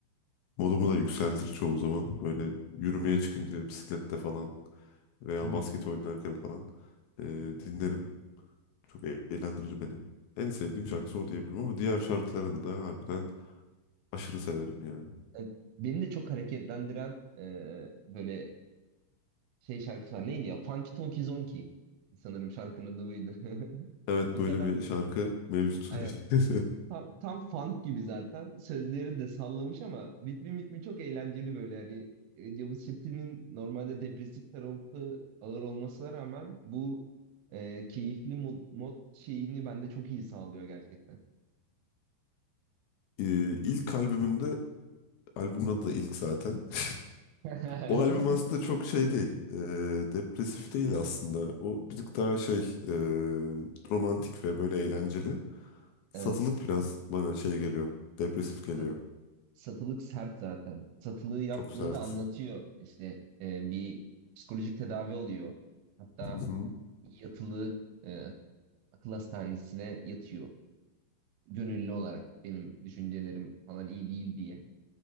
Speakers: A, on the left; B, on the right.
A: modumu da yükseltir çoğu zaman. Böyle yürümeye çıkınca bisiklette falan veya
B: Hı.
A: basket oynarken falan e, dinlerim. Çok e- eğlendirir beni. En sevdiğim şarkısı o diyebilirim ama diğer şarkılarını da harbiden aşırı severim yani.
B: E, Beni de çok hareketlendiren e, böyle şey şarkısı var. Neydi ya? Funky Tonky Zonky. Sanırım şarkının adı buydu. <laughs>
A: Evet
B: O
A: böyle
B: kadar.
A: bir şarkı mevcut.
B: Aynen.
A: <laughs>
B: Tam, tam funk gibi zaten. Sözleri de sallamış ama ritmi mitmi çok eğlenceli böyle. Hani e, Yavuz Çetin'in normalde depresif tarafı ağır olmasına rağmen bu e, keyifli mod, mod şeyini bende çok iyi sağlıyor gerçekten.
A: E, ilk albümünde Albümün adı da ilk zaten. <laughs>
B: <laughs>
A: O albüm aslında çok şey değil. e, depresif değil aslında. O birazcık daha şey e, romantik ve böyle eğlenceli. Satılık
B: Evet.
A: biraz bana şey geliyor. Depresif geliyor.
B: sat- satılık sert zaten. Satılığı yaptığında
A: Çok sert.
B: anlatıyor. İşte e, bir psikolojik tedavi oluyor. Hatta
A: Hı hı.
B: yatılı e, akıl hastanesine yatıyor. Gönüllü olarak benim düşüncelerim falan iyi değil diye.